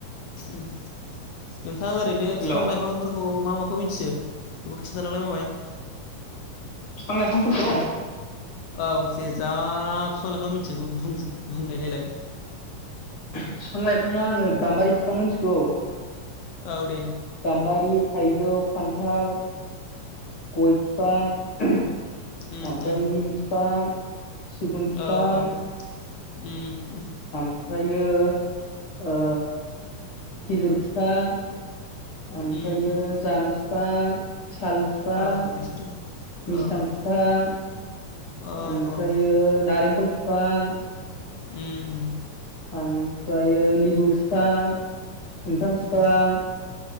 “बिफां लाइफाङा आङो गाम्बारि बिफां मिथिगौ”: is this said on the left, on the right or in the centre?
Left